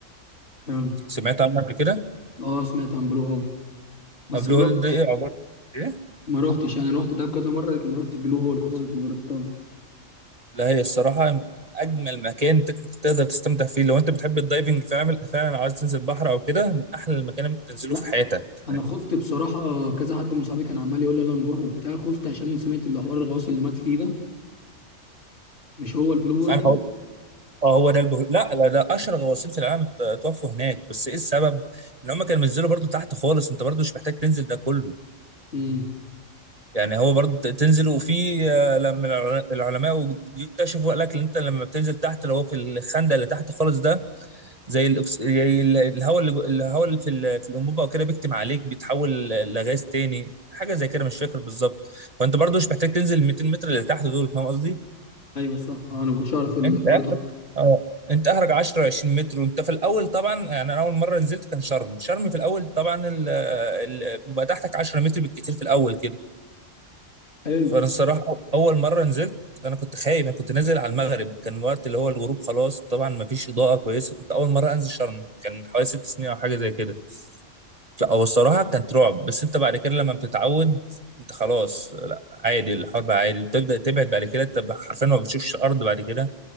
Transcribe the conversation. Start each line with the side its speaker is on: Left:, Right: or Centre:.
Left: حلو
Right: سمعت عنه قبل كده؟
Left: اه سمعت عن بلو هول بس
Right: آه، بلو
Left: ما
Right: هول
Left: رحتش
Right: ده إيه عبارة إيه؟
Left: ما رحتش يعني رحت دهب كذا مره لكن ما رحتش بلو هول خالص ما جربتهاش
Right: لا هي الصراحة أجمل مكان تك- تقدر تستمتع فيه لو أنت بتحب الدايفنج فعلا فعلا عايز تنزل بحر أو كده من أحلى المكان اللي ممكن تنزله
Left: لا
Right: في حياتك
Left: انا
Right: يعني
Left: خفت بصراحه كذا حد من صحابي كان عمال يقول لي يلا نروح وبتاع خفت عشان سمعت اللي حوار الغواص اللي مات فيه ده مش هو البلو هول
Right: أنا هقول أه هو ده البه... لا لا لا أشهر غواصين في العالم ات- اتوفوا هناك بس إيه السبب؟ إن هم كانوا بينزلوا برضو تحت خالص أنت برضو مش محتاج تنزل ده كله
Left: ده
Right: يعني هو برضو ت- تنزل وفي آه، لما الع- العلماء اكتشفوا قال لك إن أنت لما بتنزل تحت اللي هو في الخندق اللي تحت خالص ده زي الأكس... زي ال- الهواء اللي جو- الهواء اللي في ال- في الانبوبه او كده بيكتم عليك بيتحول لغاز تاني حاجه زي كده مش فاكر بالظبط فانت برضو مش محتاج تنزل ال 200 متر اللي تحت دول فاهم قصدي
Left: ايوه صح آه، انا ما كنتش اعرف الحوار
Right: انت اخرك
Left: ده
Right: اه انت اخرك 10 20 متر وانت في الاول طبعا يعني انا اول مره نزلت كان شرم شرم في الاول طبعا ال... ال... بيبقى تحتك 10 متر بالكتير في الاول كده
Left: حلو
Right: فانا الصراحه اول مره نزلت انا كنت خايف انا كنت نازل على المغرب كان وقت اللي هو الغروب خلاص طبعا ما فيش اضاءه كويسه كنت اول مره انزل شرم كان حوالي ست سنين او حاجه زي كده لا هو الصراحة كانت رعب بس انت بعد كده لما بتتعود انت خلاص لا عادي الحوار بقى عادي بتبدأ تبعد بعد كده انت حرفيا ما بتشوفش الارض بعد كده